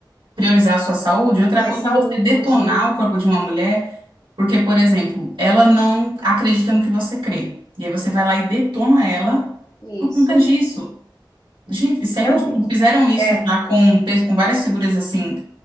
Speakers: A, on the right; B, on the left.
A: priorizar a sua saúde. Outra
B: mais
A: coisa
B: saúde,
A: é você detonar o corpo de uma mulher, porque, por exemplo, ela não acredita no que você crê. E aí você vai lá e detona ela
B: isso.
A: por conta disso. Gente, isso é
B: É um,
A: Fizeram isso
B: é,
A: já com, pe- com várias figuras, assim,